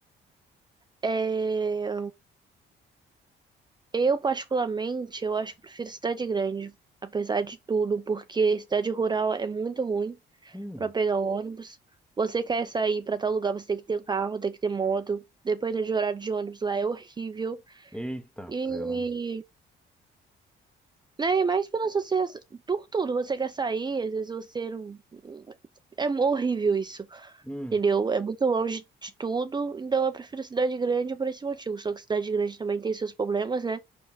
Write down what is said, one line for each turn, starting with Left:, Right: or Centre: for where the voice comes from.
Right: É, Eu, particularmente, eu acho que prefiro cidade grande, apesar de tudo, porque cidade rural é muito ruim
Centre: Hum.
Right: para pegar ônibus. Você quer sair para tal lugar, você tem que ter um carro, tem que ter moto. Dependendo de horário de ônibus lá é horrível.
Centre: Eita,
Right: E,
Centre: prela.
Right: né, mas pela sociedade, por tudo, você quer sair, às vezes você não. É horrível isso,
Centre: Hum.
Right: entendeu? É muito longe de tudo, então eu prefiro cidade grande por esse motivo. Só que cidade grande também tem seus problemas, né?